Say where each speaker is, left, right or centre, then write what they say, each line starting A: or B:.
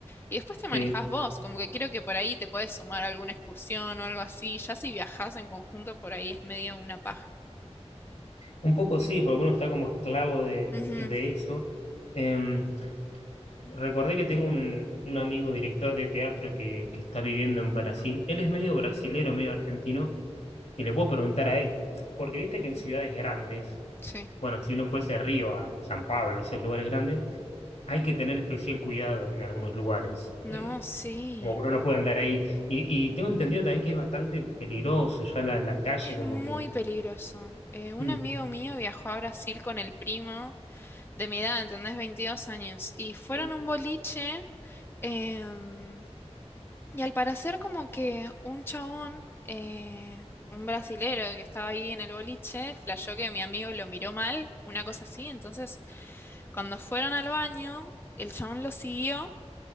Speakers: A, on the left (about 20°); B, on the left (about 75°).
A: y después te
B: Sí,
A: manejás vos, como que quiero que por ahí te puedes sumar a alguna excursión o algo así, ya si viajás en conjunto por ahí es medio una paja.
B: un poco sí, porque uno está como esclavo de,
A: Ujú,
B: de eso. Em, recordé que tengo un, un amigo director de teatro que, que está viviendo en Brasil. Él es medio brasilero, medio argentino, Y le puedo preguntar a él, porque viste que en ciudades grandes,
A: sí.
B: bueno, si uno fuese a Río, a San Pablo, esos lugares grandes, hay que tener especial cuidado en algunos lugares. eh,
A: No, sí.
B: como que uno puede andar ahí. Y, y tengo entendido también que es bastante peligroso ya la, la calle,
A: Es
B: como
A: muy
B: que.
A: peligroso. Eh, un
B: mm,
A: amigo mío viajó a Brasil con el primo de mi edad, ¿entendés? veintidós años. Y fueron
B: mm,
A: a un boliche em, y al parecer como que un chabón, eh, un brasilero que estaba ahí en el boliche, flashó que mi amigo lo miró mal, una cosa así. Entonces, cuando fueron al baño, el chabón los siguió.